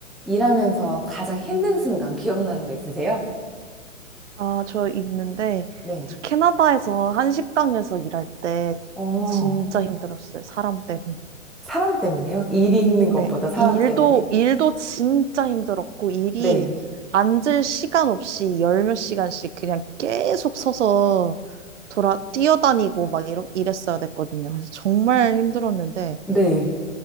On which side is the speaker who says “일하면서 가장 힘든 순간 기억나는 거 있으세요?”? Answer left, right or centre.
Centre